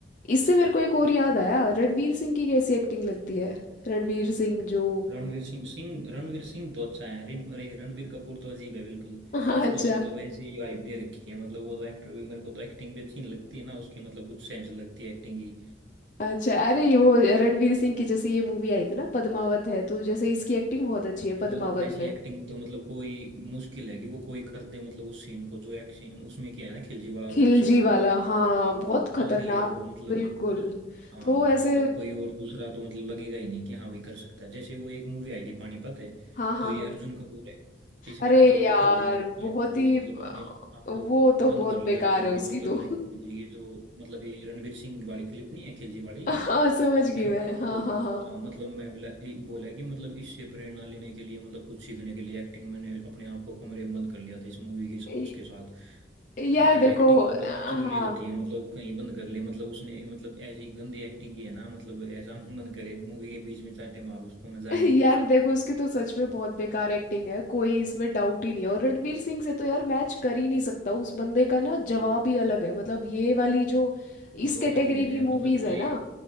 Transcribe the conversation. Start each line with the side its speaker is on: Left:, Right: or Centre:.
Left: इससे मेरे को एक और याद आया रणवीर सिंह की कैसी एक्टिंग लगती है रणवीर सिंह जो
Right: रणवीर सिंह सिंह रणवीर सिंह तो अच्छा है रिन अरे रणवीर कपूर तो अजीब है बिल्कुल
Left: <laughs>
Right: उसको
Left: अच्छा
Right: तो मतलब वैसे ही हाइप दे रखी है मतलब वो तो एक्टर भी मेरे को तो एक्टिंग भी अच्छी नहीं लगती ना उसकी मतलब कुछ सेंस लगती है एक्टिंग की
Left: अच्छा अरे वो रणवीर सिंह की जैसे ये मूवी आई थी ना पद्मावत है तो जैसे इसकी एक्टिंग बहुत अच्छी है
Right: वो
Left: पद्मावत
Right: वैसी
Left: में
Right: एक्टिंग तो मतलब कोई मुश्किल है कि वो कोई कर दे मतलब उस सीन को जो एक्शन उसमें किया है ना खिलजी वाला रोल
Left: खिलजी
Right: उसने
Left: वाला हाँ
Right: वो
Left: बहुत खतरनाक
Right: अलग ही है वो मतलब
Left: बिल्कुल
Right: हाँ
Left: तो
Right: मतलब
Left: ऐसे
Right: कोई और दूसरा तो मतलब लगेगा ही नहीं कि हाँ भाई कर सकता है जैसे वो एक मूवी आई थी पानीपत है
Left: हाँ हाँ
Right: तो ये
Left: हाँ
Right: अर्जुन कपूर है इसने
Left: अरे
Right: मतलब वो
Left: यार
Right: खिलजी वाली क्लिप
Left: बहुत
Right: के लिए
Left: ही
Right: मतलब अपने आपको
Left: वो तो
Right: बंद
Left: बहुत
Right: कर लिया
Left: बेकार
Right: अंदर
Left: है
Right: की
Left: उसकी
Right: मतलब
Left: तो
Right: मैं खिलजी ये जो मतलब ये रणवीर सिंह वाली क्लिप नहीं है खिलजी वाली
Left: हाँ समझ गई
Right: है ना
Left: मैं हाँ
Right: तो
Left: हाँ हाँ
Right: हाँ मतलब मैं बोला ये बोला कि मतलब इससे प्रेरणा लेने के लिए मतलब कुछ सीखने के लिए एक्टिंग मैंने अपने आप को कमरे में बंद कर लिया था इस मूवी के सा-
Left: य-
Right: उसके साथ
Left: यार
Right: भाई
Left: देखो
Right: एक्टिंग मतलब नेचुरली
Left: हाँ
Right: होती है मतलब कहीं बंद कर ले मतलब उसने मतलब ऐसी गंदी एक्टिंग की है ना मतलब ऐसा <laughs> मन करे मूवी के बीच में चाटे मारो उसको मैं जाके
Left: यार देखो उसकी तो सच में बहुत बेकार एक्टिंग है कोई इसमें डाउट ही नहीं है और रणवीर सिंह से तो यार मैच कर ही नहीं सकता उस बंदे का ना जवाब ही अलग है मतलब ये वाली जो
Right: वो
Left: इस
Right: तो अलग
Left: कैटेगरी
Right: ही है
Left: की मूवीज
Right: मतलब
Left: है
Right: ये
Left: ना